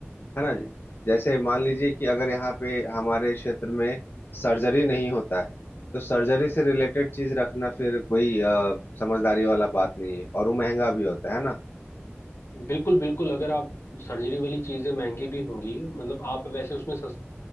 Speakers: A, on the left; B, on the left.
A: है ना जी जैसे मान लीजिए कि अगर यहाँ पे हमारे क्षेत्र में सर्जरी नहीं होता है तो सर्जरी से रिलेटेड चीज रखना फिर कोई अ, समझदारी वाला बात नहीं है और वो महंगा भी होता है है ना
B: बिल्कुल बिल्कुल अगर आप सर्जरी वाली चीज़ें महंगी भी होंगी मतलब आप वैसे उसमें सस्ती